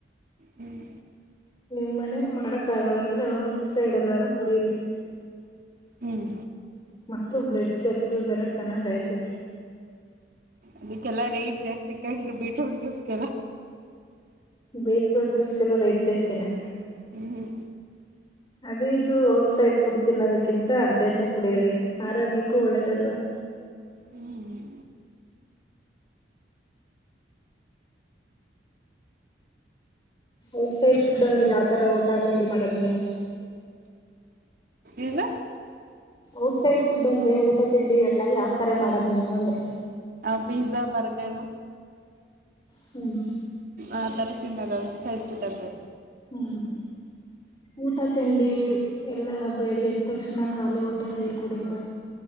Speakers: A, on the right; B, on the left.
A: ಹ್ಮ್
B: ನಿಮ್ಮ ಮನೇಲಿ ಮಾಡಕ್ಕಾಗಲ್ಲ ಅಂದ್ರೆ ಔಟ್ ಸೈಡೆಲ್ಲಾರೂ ಕುಡೀರಿ
A: ಹ್ಮ್
B: ಮತ್ತು ಬ್ಲಡ್ ಸರ್ಕ್ಯೂಲ್ದೆಲ್ಲ ಚೆನ್ನಾಗಾಯ್ತದೆ
A: ಅದಕ್ಕೆಲ್ಲಾ ರೈಟ್ ಜಾಸ್ತಿ ಕ್ರಿ ಬೀಟ್ರೂಟ್ ಜ್ಯೂಸ್ಗೆಲ್ಲ
B: ಬೀಟ್ರೂಟ್ ಜ್ಯೂಸ್ ಎಲ್ಲಾ ರೈಟ್ ಜಾಸ್ತಿ ನ
A: ಹ್ಮ್
B: ಅದೇ ಇದು ಔಟ್ ಸೈಡ್ ಪುಡ್ ತಿನ್ನೋದಕ್ಕಿಂತ ಅಂದನೇ ಕುಡಿಯರಿ ಆರೋಗ್ಯಕ್ಕೂ ಒಳ್ಳೇದಲ್ವಾ
A: ಹ್ಮ್ ಹ್ಮ್
B: ಔಟ್ ಸೈಡ್ ಫುಡ್ ಅಂದ್ರಿ ಯಾವ್ತರ ಊಟ ತಿಂಡಿ ಮಾಡೋದು ನೀವು
A: ಇಲ್ಲ
B: ಔಟ್ಸೈಡ್ ಫುಡ್ ಅಂದ್ರೆ ಊಟ ತಿಂಡಿ ಎಲ್ಲ ಯಾವ್ಥರ ಮಾಡದ್ ನೀ ಒಂದೆ
A: ಆ ಪಿಜ್ಜಾ ಬರ್ಗರ್
B: ಹ್ಮ್
A: ಆ ತರ ತಿನ್ನಾದ ಔಟ್ ಸೈಡ್ ಫುಡ್ ಅಂದ್ರೆ
B: ಹ್ಮ್ ಊಟ ತಿಂಡಿ ಎಲ್ಲಾ ಬೆಳಿಗ್ಗೆ ಎದ ತಕ್ಷಣ ಖಾಲಿ ಹೊಟೆಲ್ ನೀರ್ ಕುಡಿಯೋದು